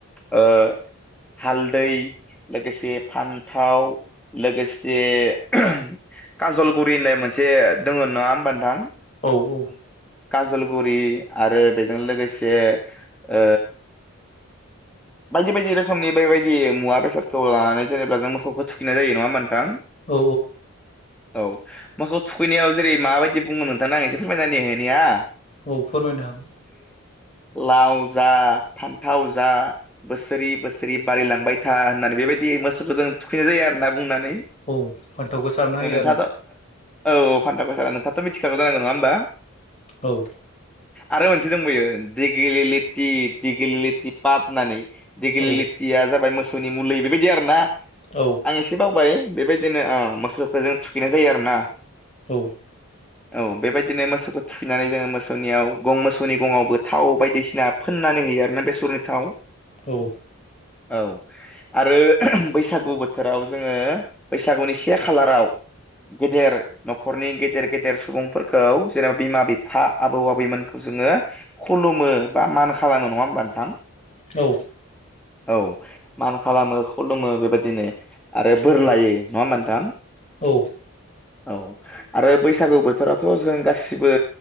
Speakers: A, in the centre; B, on the left (about 30°).
A: ओ हालदै लोगोसे फान्थाव लोगोसे ओहोम काजलगुरि होननाय मोनसे दङ नङा होमबा नोंथां
B: <unintelligible>
A: काजलगुरि आरो बेजों लोगोसे ओ बायदि-बायदि रोखोमनि बेबायदि मुवा बेसाद थौ लानानै जेनेबा जों मोखौखो थुखैनाय जायो नङा होम थां
B: औ
A: औ मोखौ थुखैनायाव जेरै माबायदि बुंङो नोंथांनो आं एसे फोरमायना होनि निया
B: औ फोरमायनो हा-
A: लाव जा फान्थाव जा बोसोरि बोसोरि बारिलांबाय था होननानै बेबायदि मोसौखौ जों थुखैनाय जायो आरोना बुंनानै
B: औ फान्थावखौ सारना होयो
A: नों नोंथाङाथ'
B: आरो ना
A: औ फान्थावखौ सारना नोंथाङाथ' मिथिखागो जानांगौ नङा होमबा?
B: औ
A: आरो मोनसे दंबायो दिगिलि लेति दिगेलि लेति पाद होननानै दिगिलि
B: औ
A: लेथिया जाबाय मोसौनि मुलि बेबायदि आरो ना
B: औ
A: आं एसे बावबाय। बेबायदिनो ओ मोसौखो जों थुखैनाय जायो आरो ना।
B: औ
A: औ बेबायदिनो मोसौखौ थुखैनानै जोङो मोसौनियाव गं मोसौनि गङावबो थाव बायदिसिना फोननानै होयो आरोना बेसरनि थाव।
B: औ
A: औ आरो बैसागु बोथोराव जोङो बैसागुनि से खालाराव गेदेर न'खरनि गेदेर गेदेर सुबुंफोरखौ जेनेबा बिमा बिफा आबौ आबैमोनखौ जोङो खुलुमो बा मान खालामो नङा होमबा नोंथां?
B: औ
A: औ मान खालामो खुलुमो बेबायदिनो आरो बोर लायो नङा होमबा नोंथां?
B: औ
A: औ आरो बैसागु बोथोरावथ' जों गासि बो